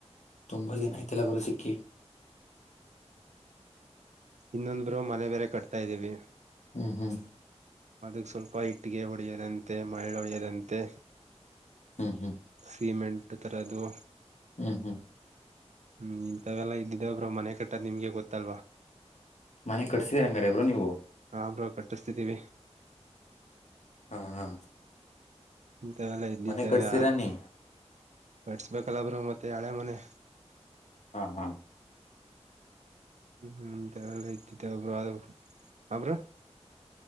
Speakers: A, on the left; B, on the right.
A: ತುಂಬಾ ದಿನ ಆಯ್ತಲ್ಲ ಬ್ರೋ ಸಿಕ್ಕಿ
B: ಇನ್ನೊನ್ ಬೆಯೋ ಮನೆ ಬೇರೆ ಕಟ್ತಾ ಇದೀವಿ
A: ಹ್ಮ್ ಹ್ಮ್
B: ಅದಕ್ ಸ್ವಲ್ಪ ಇಟ್ಟಿಗೆ ಹೊಡಿಯದಂತೆ ಮಳ್ಳ ಹೊಡಿಯದಂತೆ
A: ಹ್ಮ್ ಹ್ಮ್
B: ಸಿಮೆಂಟ್ ತರದು
A: ಹ್ಮ್ ಹ್ಮ್
B: ಹ್ಮ್ ಇಂಥವೆಲ್ಲಾ ಇದ್ದಿದ್ದೇ ಬ್ರೋ ಮನೆ ಕಟ್ಟದ್ ನಿಮ್ಗೆ ಗೊತ್ತಲ್ವಾ
A: ಮನೆ ಕಟ್ಸಿ ಹಂಗಾರ ಬ್ರೋ ನೀವು
B: ಹು ಬ್ರೋ ಕಟ್ಟಿಸ್ತಿದ್ದೀವಿ
A: ಹಾ ಹಾ
B: ಇಂತವೆಲ್ಲ ಇ್ದಿದ್ದವೆ
A: ಮನೆ ಕಟ್ಸಿರಾ
B: ಯಾರ
A: ನೀ
B: ಕಟ್ಸ್ಬೇಕಲ್ಲ ಬ್ರೋ ರು ಮತ್ತೆ ಹಳೆ ಮನೆ
A: ಹಾ ಹಾ
B: ಹ್ಮ ಬ್ರೋ ಅ ಅರ